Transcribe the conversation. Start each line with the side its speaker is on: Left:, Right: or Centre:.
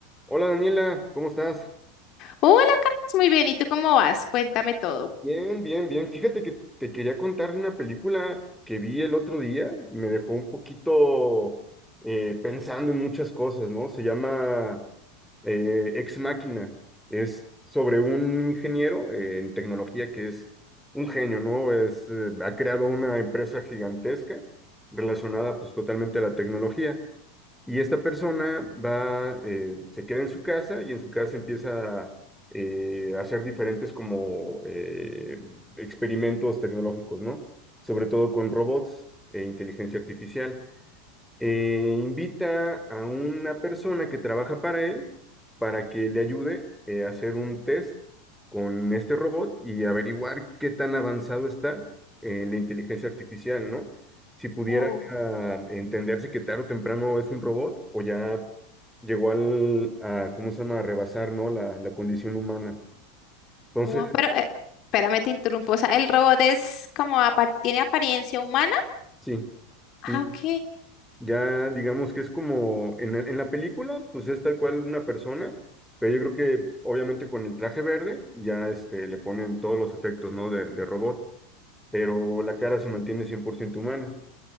Centre: Hola Daniela, ¿cómo estás?
Left: Hola, Carlos, muy bien. ¿Y tú cómo vas? Cuéntame todo.
Centre: Bien, bien, bien. Fíjate que te quería contar de una película que vi el otro día. Me dejó un poquito eh, pensando en muchas cosas, ¿no? Se llama eh, Ex Máquina. Es sobre un ingeniero eh, en tecnología que es un genio, ¿no? Es, eh, ha creado una empresa gigantesca relacionada pues totalmente a la tecnología. Y esta persona va, eh, se queda en su casa y en su casa empieza eh, a hacer diferentes como eh, experimentos tecnológicos, ¿no? Sobre todo con robots e inteligencia artificial eh, invita a una persona que trabaja para él para que le ayude eh, a hacer un test con este robot y averiguar qué tan avanzado está en la inteligencia artificial, ¿no? Si pudiera
Left: Wow,
Centre: ah, entenderse que tarde o temprano es un robot o ya llegó al, a, ¿cómo se llama?, a rebasar, ¿no? La, la condición humana. Entonces,
Left: wow. Pero, eh, espérame, te interrumpo. O sea, el robot es como, apar- ¿tiene apariencia humana?
Centre: sí,
Left: Ah,
Centre: sí,
Left: ok.
Centre: Ya digamos que es como en, la- en la película, pues es tal cual una persona, pero yo creo que obviamente con el traje verde ya este, le ponen todos los efectos, ¿no? de, de robot, pero la cara se mantiene 100% humana.